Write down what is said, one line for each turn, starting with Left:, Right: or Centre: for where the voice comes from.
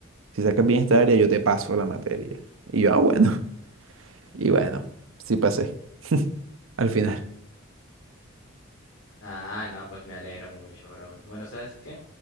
Right: Si sacas bien esta área, yo te paso la materia. Y yo, ah, bueno, <laughs> y bueno, sí pasé al final.
Left: Ah, no, pues me alegro mucho, Raúl. Bueno, ¿sabes qué?